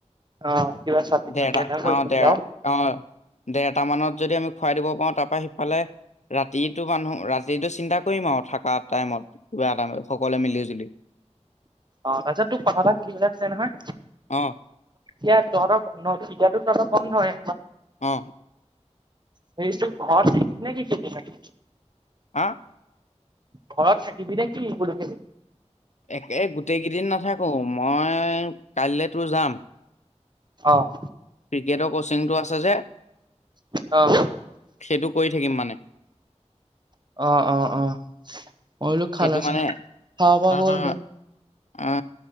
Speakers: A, on the right (about 40°); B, on the left (about 75°).
A: অ কিবা চাটনি
B: দেৰটা
A: তাটনি এটা কৰি
B: অ
A: দিবি
B: দেৰ
A: আও
B: অ, দেৰটা মানত যদি আমি খুৱাই দিব পাও তাপা সিফালে ৰাতিটো মানুহ ৰাতিতটো চিন্তা কৰিম আৰু থকা টাইমত কিবা এত সকলোৱে মিলি জুলি
A: অ, তাপিছত তোক কথা এটা হুধিবলে আছে নহয়।
B: অ',
A: ইয়াত তহতৰ বন্ধ পীটোত তোৰ বন্ধই
B: অ
A: সেইটো ঘৰ শিখিছ নে কি কে ন
B: হা
A: ঘৰত থাকিবি নে কিব কলে
B: একে গোটেই কেইদিন নাথাকো মই কাইলৈ তোৰ যাম
A: অ',
B: ক্ৰিকেটৰ কচিংটো আছে যে
A: অ অ
B: সেইটো কৰি থাকিম মানে
A: অ - অ - অ মই বুলো খানা
B: সেইটো
A: চানা
B: মানে
A: খাৱা
B: অ
A: গ'ল
B: অ
A: নে
B: অ,